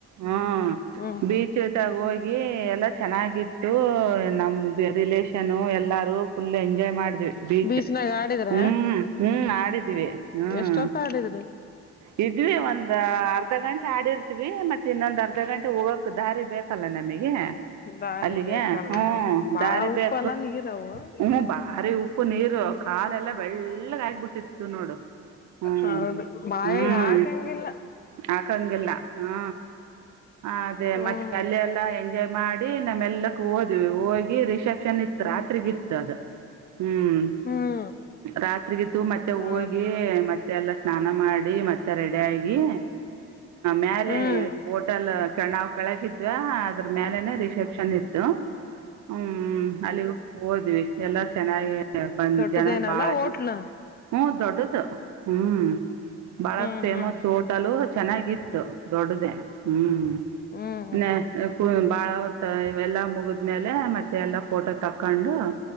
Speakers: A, on the right (about 70°); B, on the left (about 35°).
A: ಹ್ಮ್
B: ಹ್ಮ್
A: ಬೀಚ್
B: ಹ್ಮ್
A: ತಾಗ ಹೋಗಿ ಎಲ್ಲಾ ಚೆನ್ನಾಗಿತ್ತು ನಮ್ ರಿಲಷನ್ನು ಎಲ್ಲ ಎಲ್ಲಾರು ಫುಲ್ ಎಂಜಾಯ್ ಮಾಡಿದ್ವಿ ಬೀಚ್
B: ಬೀಚ್ನಾಗ ಆಡಿದ್ರ
A: ಹ್ಮ್ ಹ್ಮ್ ಆಡಿದ್ವಿ ಹ್ಮ
B: ಎಷ್ಟೊತ್ತ ಆಡಿದ್ರಿ
A: <unintelligible> ಇದ್ವಿ ಒಂದ್ ಅರ್ಧ ಗಂಟೆ ಆಡಿರ್ತಿವಿ ಮತ್ತೆ ಇನ್ನೊಂದು ಅರ್ಧ ಗಂಟೆ ಹೋಗೋಕ್ ದಾರಿ ಬೇಕಲ್ಲ ನಮಗೆ
B: ದಾರಿ
A: ಅಲ್ಲಿಗೆ
B: ಬೇಕಲ್ಲ
A: ಹ್ಮ್
B: ಬಾಳ
A: ದಾರಿ
B: ಉಪ್ಪ
A: ಬೇಕು
B: ಅಲ್ಲ ನೀರವು ಹೌದು
A: ಹ್ಮ್ ಭಾರಿ ಉಪ್ಪು ನೀರು ಕಾಲೆಲ್ಲ ಬೆಳ್ಳಗ್ ಆಗ್ಬಿಟ್ಟಿತ್ತು ನೋಡು ಹ್ಮ್
B: ಹೌದು ಮಾಯಗ
A: ಹ್ಮ್
B: ಆಕಂಗಿಲ್ಲ
A: ಹಾಕಂಗಿಲ್ಲ ಹ್ಮ ಅದೇ
B: ಹ್ಮ್
A: ಮತ್ತೆ ಅಲ್ಲಿ ಎಲ್ಲ <unintelligible> ಮಾಡಿ ನಮ್ ಏಲ್ಲಕ್ಕ ಹೋದ್ವಿ ಹೋಗಿ ರಿಸೆಪ್ಷನ್ ಇತ್ತು ರಾತ್ರಿಗಿತ್ತು ಅದು ಹ್ಮ್
B: ಹ್ಮ್
A: ರಾತ್ರಿಗಿತ್ತು ಮತ್ತೆ
B: ಹೌದಾ
A: ಹೋಗಿ ಮತ್ತೆ ಎಲ್ಲ ಸ್ನಾನ ಮಾಡಿ ಮತ್ತೆ ರೆಡಿ ಆಗಿ ಮೇಲೆ
B: ಹ್ಮ್
A: ಹೋಟೆಲ್ ನಾವ್ ಕೆಳಗಿದ್ವಾ ಅದ್ರ ಮೇಲೆನೆ ರಿಸೆಪ್ಷನ್ ಇತ್ತು ಹ್ಮ್ ಹ್ಮ್ ಅಲ್ಲಿಗೂ ಹೋದ್ವಿ ಎಲ್ಲಾ ಚೆನ್ನಾಗಿ ಬಂದ
B: ದೊಡ್ಡದೇನಲ್ಲ
A: ಜನರು ಬಾಳ
B: ಹೋಟ್ಲ್
A: ಜನ ಹ್ಮ ದೊಡ್ಡದು ಹ್ಮ್ ಬಹಳ
B: ಹ್ಮ್
A: ಫೇಮಸ್
B: ಹ್ಮ್
A: ಹೋಟಲು ಚೆನ್ನಾಗಿತ್ತು ದೊಡ್ಡದೇ ಹ್ಮ್
B: ಹ್ಮ್
A: <unintelligible>
B: ಹ್ಮ್ ಹ್ಮ್
A: ಬಾಳ ಅವತ್ ಎಲ್ಲಾ ಮುಗಿದ್ಮೇಲೆ ಮತ್ತೆ ಎಲ್ಲಾ ಫೋಟೋ ತಕ್ಕೊಂಡು